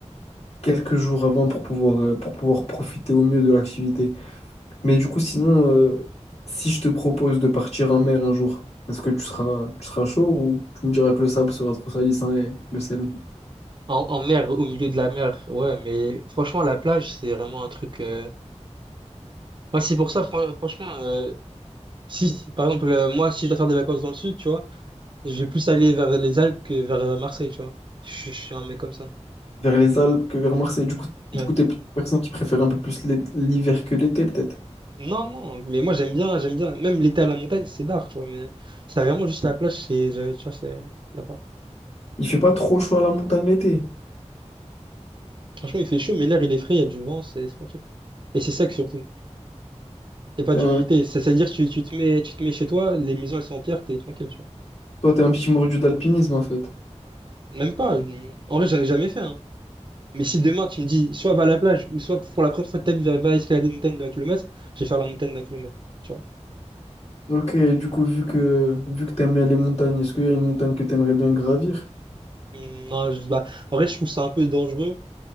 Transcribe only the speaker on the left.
quelques jours avant pour pouvoir, euh, pour pouvoir profiter au mieux de l'activité. Mais du coup, sinon, euh, si je te propose de partir en mer un jour, est-ce que tu seras, tu seras chaud ou tu me diras que le sable sera trop salissant et le sel aussi
vers les Alpes que vers Marseille? Du coup, du
coup, t'es plutôt une personne qui préfère un peu plus l'é- l'hiver que l'été, peut-être.
Il fait pas trop chaud à la montagne l'été.
T'es
un-
Toi, t'es un petit mordu d'alpinisme en fait.
Ok, du coup, vu que vu que t'aimes bien les montagnes, est-ce qu'il y a une montagne que t'aimerais bien gravir?